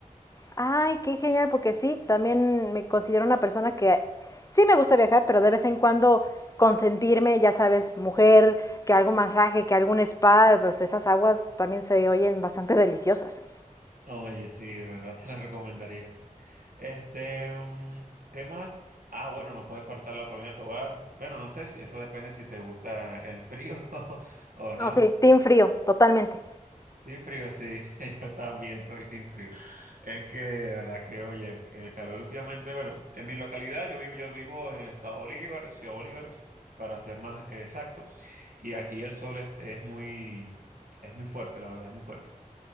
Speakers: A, on the left; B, on the right.
A: Ay, qué genial, porque sí, también me considero una persona que sí me gusta viajar, pero de vez en cuando consentirme, ya sabes, mujer, que algún masaje, que algún spa, pues esas aguas también se oyen bastante <laughs> deliciosas.
B: Oye, sí, de verdad <laughs> te la recomendaría. Este, mm, ¿qué más? Ah, bueno, no puede faltar la Corina Tobar. Bueno, no sé si eso depende si te gusta el frío <laughs> o no.
A: No, sí, team frío, totalmente.
B: Team frío, sí, <laughs> yo también estoy team frío. Es que, de verdad que, oye, el, el calor últimamente, bueno, en mi localidad, yo vivo, yo vivo en el estado de Bolívar, Ciudad Bolívar, para ser más eh, exacto, y aquí el sol es, es muy, es muy fuerte, la verdad, es muy fuerte.